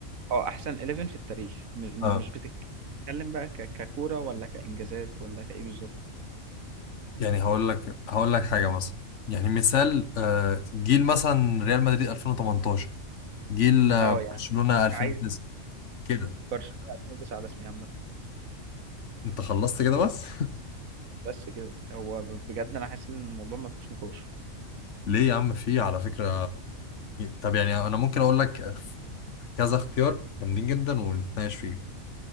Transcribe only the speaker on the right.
اه احسن 11 في التاريخ م-
مش بتتكلم بقى ك- ككوره ولا كانجازات ولا كايه بالظبط
اه
يعني
عايز
برشلونه 2009 على اسمي عامه
بس كده هو بجد انا حاسس ان الموضوع ما فيهوش نقاش